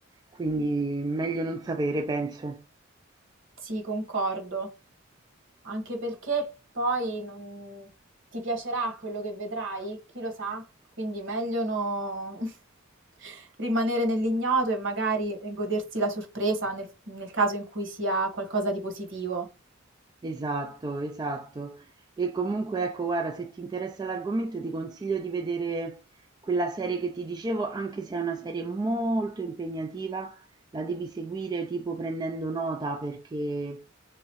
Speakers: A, on the right; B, on the right.
A: Quindi meglio non sapere, penso.
B: Sì, concordo. Anche perché poi non... ti piacerà quello che vedrai, chi lo sa? Quindi meglio no... <laughs> rimanere nell'ignoto e magari godersi la sorpresa nel, nel caso in cui sia qualcosa di positivo.
A: Esatto, esatto. E comunque ecco, guarda, se ti interessa l'argomento ti consiglio di vedere quella serie che ti dicevo, anche se è una serie molto impegnativa, la devi seguire tipo prendendo nota perché,